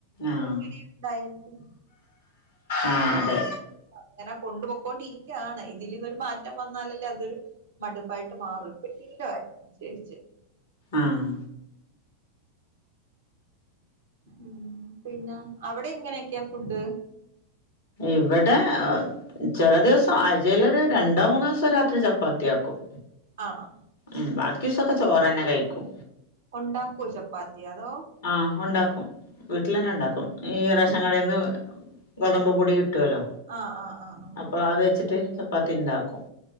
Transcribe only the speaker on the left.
ആഹ്
ആഹ് അതെ
ആഹ്
ഇവടെ ചെല ദിവ്സം ആഴ്ചയ്ലൊര് രണ്ടോ മൂന്നോ ദിവസം രാത്രി ചപ്പാത്തിയാക് ക്കും
ഉം ബാക്കിസൊക്കെ ചോറെന്നെ കഴിക്കും
ആഹ് ഒണ്ടാക്കും വീട്ടില് തന്നെ ഉണ്ടാക്കും ഈ റേഷൻ കടയിൽ നിന്ന് ഗോതമ്പ് പൊടി കിട്ടുവല്ലോ
അപ്പൊ അത് വെച്ചിട്ട് ചപ്പാത്തി ഉണ്ടാക്കും